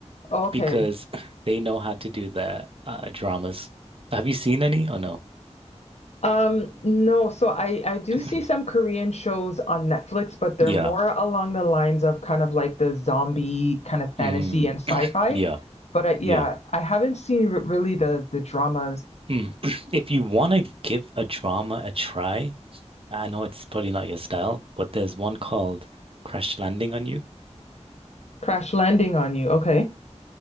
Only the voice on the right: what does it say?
because <laughs> <clears throat> they know how to do the uh, dramas. Have you seen any or no?
<clears throat>
Yeah.
Mm,
yeah.
Yeah.
Hmm. <clears throat> If you want to give a drama a try, I know it's probably not your style, but there's one called Crash Landing on You.